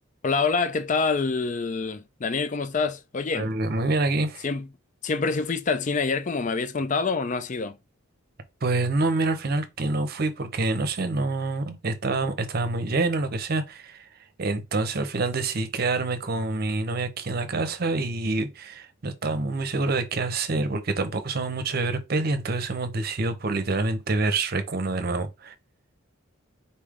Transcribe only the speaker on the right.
Eh, Muy bien aquí.
Pues no, mira, al final que no fui porque no sé, no estaba, estaba muy lleno, lo que sea. Entonces al final decidí quedarme con mi novia aquí en la casa y no estábamos muy seguros de qué hacer porque tampoco somos mucho de ver peli, entonces hemos decidido por literalmente ver Shrek uno de nuevo.